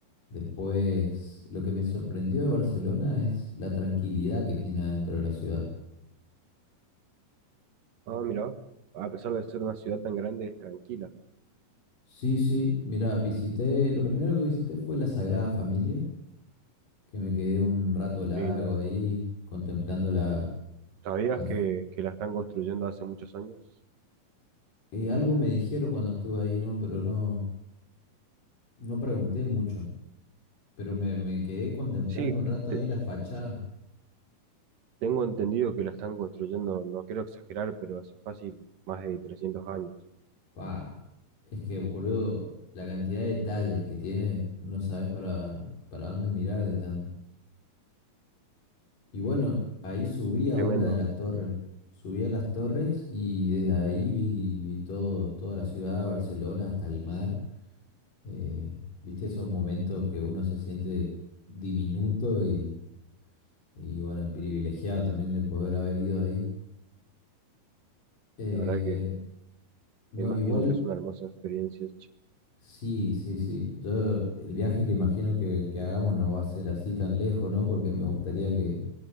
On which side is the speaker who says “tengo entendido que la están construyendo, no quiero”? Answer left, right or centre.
Right